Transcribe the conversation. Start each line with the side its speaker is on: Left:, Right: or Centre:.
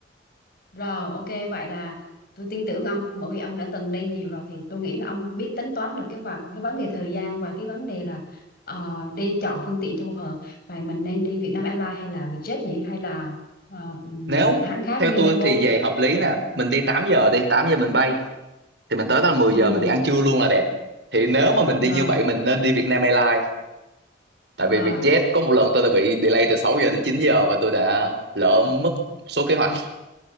Left: Rồi, ok, vậy là tôi tin tưởng ông bởi vì ông đã từng đi nhiều rồi thì tôi nghĩ là ông biết tính toán được cái vấn cái vấn đề thời gian và cái vấn đề là ờ, đi chọn phương tiện cho phù hợp. Vậy mình nên đi Vietnam Airlines hay là Vietjet nhỉ hay là ờ, ừm,
Right: nếu
Left: hãng khác
Right: theo
Left: như
Right: tôi
Left: Bamboo?
Right: thì về hợp lý nè mình đi tám giờ đi 8 giờ mình bay thì mình tới đó là mười
Left: Ừ,
Right: giờ mình đi ăn trưa luôn là đẹp thì nếu mà mình
Left: rồi,
Right: đi như vậy mình nên đi Vietnam Airlines tại
Left: rồi.
Right: vì Vietjet có một lần tôi đã bị delay từ 6 giờ đến 9 giờ và tôi đã lỡ mất một số kế hoạch